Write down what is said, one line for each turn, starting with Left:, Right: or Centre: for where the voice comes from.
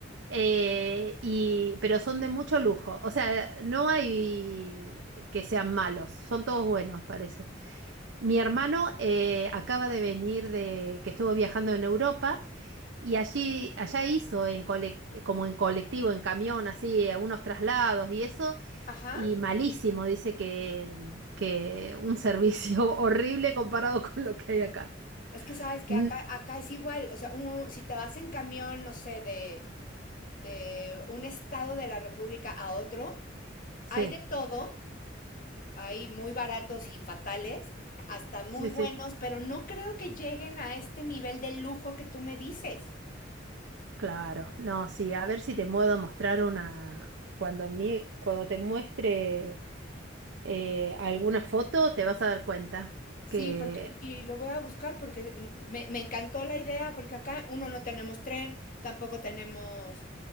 Right: Eh, y, pero son de mucho lujo. O sea, no hay que sean malos, son todos buenos, parece. Mi hermano eh, acaba de venir de, que estuvo viajando en Europa y allí, allá hizo en colec- como en colectivo, en camión, así, algunos traslados y eso.
Left: Ajá.
Right: Y malísimo, dice que, que un servicio <laughs> horrible comparado con lo que hay acá.
Left: Es que sabes que
Right: Mm,
Left: acá acá es igual, o sea, un si te vas en camión, no sé, de de un estado de la república a otro,
Right: sí,
Left: hay de todo, hay muy baratos y fatales, hasta muy
Right: sí,
Left: buenos,
Right: sí.
Left: pero no creo que lleguen a este nivel de lujo que tú me dices.
Right: Claro. No, sí, a ver si te puedo mostrar una. Cuando, mi- cuando te muestre eh, alguna foto, te vas a dar cuenta
Left: Sí,
Right: que.
Left: porque, y lo voy a buscar porque mm, me, me encantó la idea, porque acá uno no tenemos tren, tampoco tenemos,